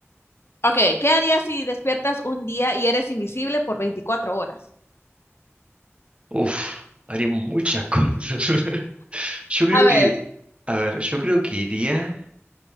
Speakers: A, on the left; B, on the right.
A: Ok, ¿qué harías si despiertas un día y eres invisible por veinticuatro horas?
B: Uf, haría muchas cosas. <laughs> Yo creo
A: A ver,
B: que, a ver, yo creo que iría,